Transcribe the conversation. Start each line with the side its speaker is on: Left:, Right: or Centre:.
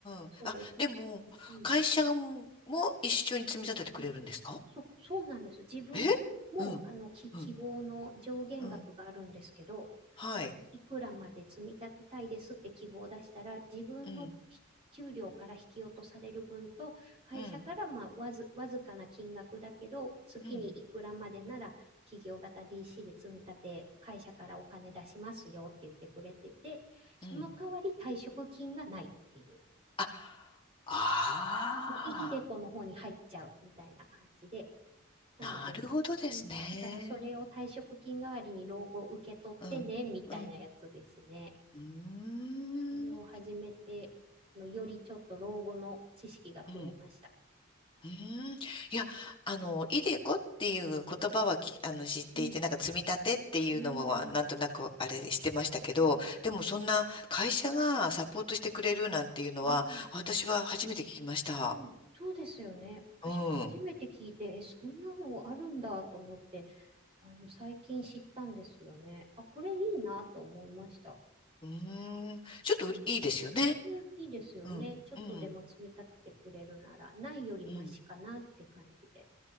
Left: ん。
Right: それを、
Left: あ、でも、
Right: うん。
Left: 会社も、も一緒に積み立ててくれるんですか
Right: うんそ、そうなんです。自分も、
Left: えうん。
Right: あの、き、
Left: うん。
Right: 希望の上限額があるんですけど、
Left: うん。はい。
Right: いくらまで積み立てたいですって希望を出したら、自分のひ給料から引き落とされる分と、
Left: うん。
Right: 会社からまあわず、
Left: うん。
Right: わずかな金額だけど、月にいくらまでなら、
Left: うん。
Right: 企業型 DC で積み立て、会社からお金出しますよって言ってくれてて、その代わり退職金がないっていう、
Left: うん。あ、あ
Right: もういいでこの方に入っちゃうみたいな感じで、なので、
Left: あ、なるほどですね。
Right: うん、だからそれを退職金代わりに老後受け取ってね、
Left: うん、
Right: みたいなやつですね。
Left: うん、うーん、
Right: それを始めて、あの、よりちょっと老後の知識が増えました。
Left: うん、うーん。いや、あの、イデコっていう言葉はき、あの、知っていて、
Right: うん、
Left: なんか積み立てっていうのも、
Right: うん、
Left: あなんとなくあれしてましたけど、
Right: うん、
Left: でもそんな会社がサポートしてくれるなんていうのは、
Right: うん、
Left: 私は初めて聞きました。
Right: うん。そうですよね。私も初めて聞いて、
Left: うん、う
Right: え、そんなのあるんだと思って、あの、最近知ったんですよね。あ、これいいなと思いました。
Left: ーん、ちょっといいですよね。
Right: うん、いいですよね。
Left: うん、
Right: ちょっとでも積み立ててくれるなら、
Left: うん、
Right: ないよりマシかなって感じで。
Left: うん、